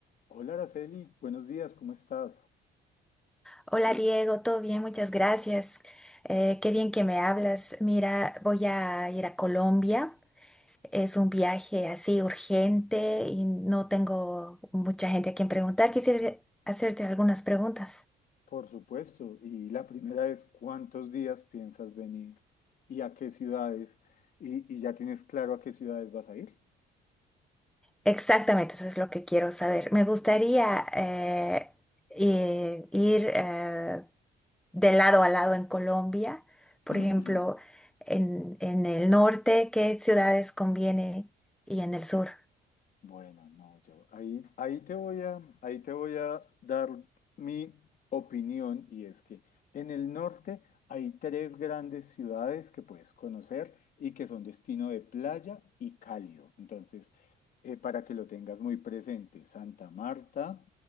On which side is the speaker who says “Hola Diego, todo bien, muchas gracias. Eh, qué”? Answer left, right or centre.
Centre